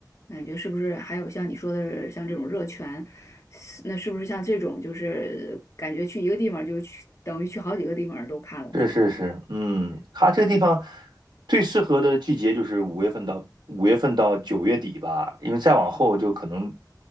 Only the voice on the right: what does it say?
是是是，嗯，它这个地方最适合的季节就是五月份到五月份到九月底吧，因为再往后就可能